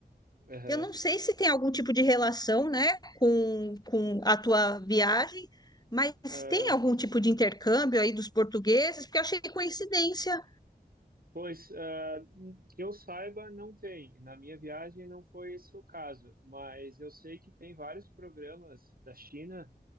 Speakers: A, on the right; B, on the left.
A: Aham.
B: Eu não sei se tem algum tipo de relação, né, com, com a tua viagem, mas
A: Ah,
B: tem algum tipo de intercâmbio aí dos portugueses, porque eu achei coincidência.
A: Pois, ah, que eu saiba, não tem. Na minha viagem não foi esse o caso, mas eu sei que tem vários programas da China